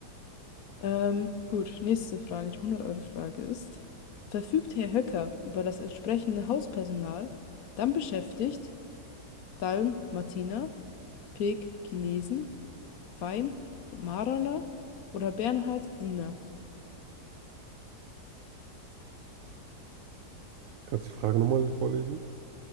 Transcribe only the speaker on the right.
Kannst du die Frage nochmal vorlesen?